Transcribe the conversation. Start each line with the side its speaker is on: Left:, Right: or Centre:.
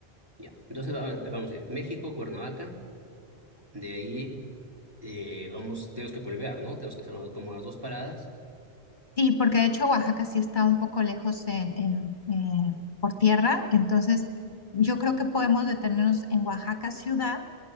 Right: Ya. Entonces vamos, vamos a ir México, Cuernavaca, de ahí eh, vamos, tenemos que volver, ¿no? Tenemos que hacer unas- como unas dos paradas.
Left: Sí, porque de hecho Oaxaca sí está un poco lejos en, en, eh, por tierra, entonces yo creo que podemos detenernos en Oaxaca ciudad,